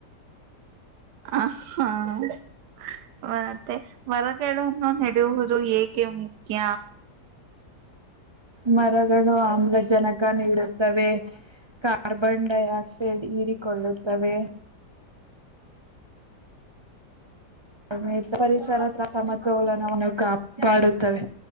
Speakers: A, on the right; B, on the right.
A: ಆ ಹಾ <inaudible> ಮತ್ತೆ ಮರಗಳನ್ನು ನೆಡುವುದು ಏಕೆ ಮುಖ್ಯ
B: ಮರಗಳು ಆಮ್ಲಜನಕ ನೀಡುತ್ತವೆ ಕಾರ್ಬನ್ ಡೈಆಕ್ಸೈಡ್ ಹೀರಿಕೊಳ್ಳುತ್ತವೆ ಸಮೇ ಪರಿಸರ ಸಮತೋಲನವನ್ನು ಕಾಪಾಡುತ್ತವೆ